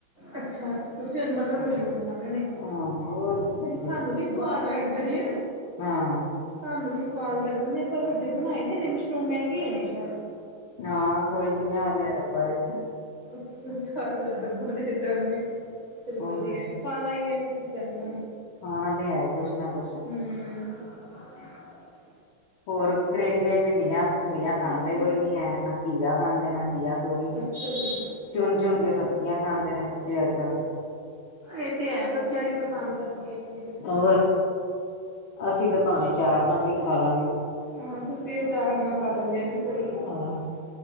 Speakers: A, on the right; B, on the left.
A: ਅੱਛਾ-ਅੱਛਾ ਤੁਸੀਂ ਹੁਨ ਮਟਰ-ਮਸ਼ਰੂਮ
B: ਹਾਂ
A: ਖਾਨੇ ਨੇ।
B: ਹਾਂ ਹੋਰ। ਕੀ ਕਰਦੇ
A: ਸਾਨੂੰ ਵੀ ਸਵਾਦ ਲੱਗਦੇ ਨੇ
B: ਹਾਂ
A: ਸਾਨੂੰ ਵੀ ਸਵਾਦ ਲੱਗਦੇ ਨੇ ਪਰ ਹਜੇ ਬਣਾਏ ਨੇ ਜੇ ਮਿਸ਼ਰੂੰਮ ਮਹਿੰਗੀ ਹੋਣੀ ਸ਼ਾਇਦ?
B: ਹਾਂ ਕੋਈ ਪੰਜਾਹ ਰੁਪਇ ਡੱਬਾ ਦਿੱਤਾ
A: ਅਛਾ ਪੰਜਾਹ ਰੁਪਇ ਡੱਬਾ ਦੇਤਾ ਉਹਨੇ ਚਲੋ
B: ਹੋਰ
A: ਵਧੀਆ ਖਾਣਾ ਹੀ ਹੈ। ਕੀ ਕਰਨਾ
B: ਖਾਣਾ ਤੇ ਹੈ ਕੁਛ ਨਾ ਕੁਛ
A: ਹਮ।
B: ਹੋਰ ਕਰੇਲੇ ਭਿੰਡੀਆਂ ਭੁੰਡੀਆਂ
A: ਸੱਚੀ
B: ਖਾਂਦੇ
A: ਕਿਵੇਂ
B: ਕੋਈ
A: ਖਾਦੀ।
B: ਨੀ ਹੈ ਨਾ ਘੀਆ ਖਾਂਦੇ ਨਾ ਘੀਆ, ੳਹ ਹੀ
A: ਅੱਛਾ ਜੀ
B: ਚੁਣ ਚੁਣ ਕੇ ਸਬਜ਼ੀਆਂ ਖਾਂਦੇ ਨੇ ਬੱਚੇ ਅੱਜ ਕੱਲ੍ਹ ਦੇ,
A: ਇਹ ਤੇ ਹੈ ਬੱਚਿਆਂ ਦੀ ਪਸੰਦ ਆਪਣੀ, ਆਪਣੀ ਫਿਰ ਕੀ
B: ਹੋਰ
A: ਕਰਨਾ।
B: ਅਸੀਂ ਤਾਂ ਭਾਵੇਂ ਚਾਰ ਨਾਲ ਵੀ ਖਾ ਲਾਂਗੇ,
A: ਹੋਰ ਤੁਸੀਂ ਅਚਾਰ ਨਾ ਖਾ ਲੈਂਦੇ ਇਹ ਵੀ ਸਹੀ ਹੈ
B: ਹਾਂ